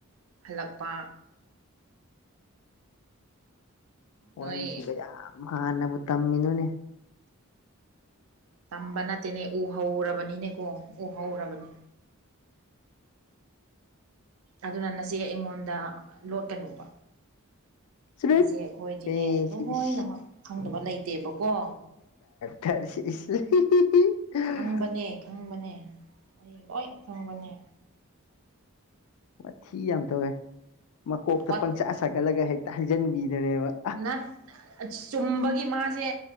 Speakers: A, on the right; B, on the left.
A: ꯍꯜꯂꯛꯄ
B: ꯋꯥꯔꯤꯁꯤꯒ
A: ꯅꯣꯏ
B: ꯌꯥꯝ ꯍꯥꯟꯅꯕꯨ ꯇꯝꯃꯤꯅꯨꯅꯦ
A: ꯇꯝꯕ ꯅꯠꯇꯦꯅꯦ ꯎ ꯍꯧꯔꯕꯅꯤꯅꯦꯀꯣ ꯎ ꯍꯧꯔꯕꯅꯦ ꯑꯗꯨꯅ ꯅꯆꯦ ꯑꯩꯉꯣꯟꯗ ꯂꯣꯠꯀꯅꯨꯕ
B: ꯆꯨꯔꯨꯠ
A: ꯅꯁꯦ ꯑꯩꯈꯣꯏꯗꯤꯅꯦ
B: ꯀꯩ
A: ꯂꯣꯏꯅꯃꯛ
B: ꯁꯤ ꯏꯁ
A: ꯈꯪꯗꯕ ꯂꯩꯇꯦꯕꯀꯣ
B: ꯊꯔꯁꯤ <unintelligible>
A: ꯈꯪꯕꯅꯦ ꯈꯪꯕꯅꯦ ꯑꯩ ꯂ‌ꫭꯏ ꯈꯪꯕꯅꯦ
B: ꯃꯊꯤ ꯌꯥꯝ ꯇꯧꯋꯦ ꯃꯀꯣꯛꯇ
A: ꯋꯥꯠ
B: ꯄꯪꯆꯥꯥ ꯁꯥꯒꯠꯂꯒ ꯍꯦꯛꯇ ꯍꯥꯏꯩꯖꯟꯕꯤꯗꯔꯦꯕ
A: ꯅꯠ ꯆꯨꯝꯕꯒꯤ ꯃꯥꯁꯦ